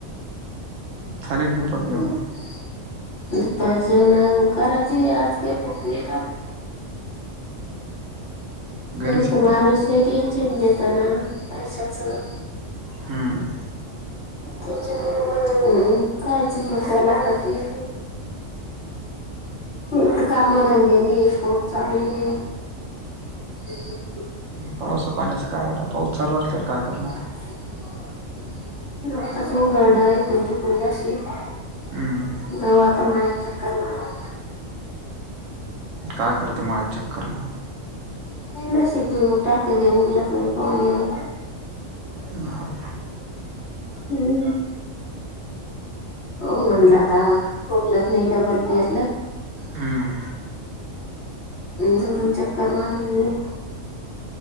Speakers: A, on the right; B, on the left.
A: झाले का दुपार जेवण
B: <unintelligible> दुपारचे ना करायचं आज काय भूक नाय लागली. त्यामुळं
A: घरीच आहेत
B: तर माणूस
A: काय
B: लय टेन्शन घेतना पैशाचं.
A: हम्
B: त्याच्यामुळं मग कायचं भूक लागत नाय. एक तर कामाधंदे नाय काऊत चालू आहे. <unintelligible>
A: पाऊस पाण्याचं काय आता, पाऊस चालू असल्यावर काय करणार.
B: <unintelligible>
A: हम्म
B: जाऊ आता मळ्यात चक्कर मारायला.
A: काय करते मळ्यात चक्कर मारु
B: <unintelligible> मुग टाकले उगलाच नाही पाण्यानं.
A: ह ह
B: हम्म हो म्हणला आता, उगलंच नाही डबल पेरलं.
A: हम्म
B: जाऊन चक्कर मारण येऊया